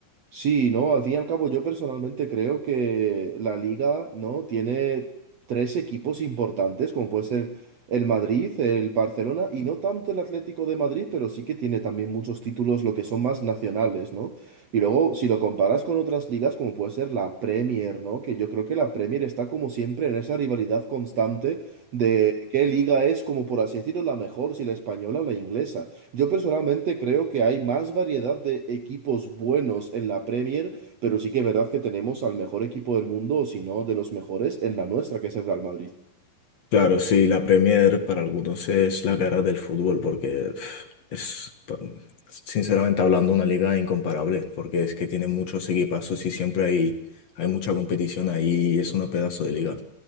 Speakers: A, on the right; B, on the left.
A: Sí, no, al fin y al cabo yo personalmente creo que la liga, ¿no? Tiene tres equipos importantes, como puede ser el Madrid, el Barcelona y no tanto el Atlético de Madrid, pero sí que tiene también muchos títulos, lo que son más nacionales, ¿no? Y luego, si lo comparas con otras ligas, como puede ser la Premier, ¿no? Que yo creo que la Premier está como siempre en esa rivalidad constante de qué liga es, como por así decirlo, la mejor, si la española o la inglesa. Yo personalmente creo que hay más variedad de equipos buenos en la Premier, pero sí que es verdad que tenemos al mejor equipo del mundo, o si no, de los mejores en la nuestra, que es el Real Madrid.
B: Claro, sí, la Premier para algunos es la cara del fútbol porque pf, es, pa- sinceramente hablando, una liga incomparable porque es que tiene muchos equipazos y siempre hay, hay mucha competición ahí y es una pedazo de liga.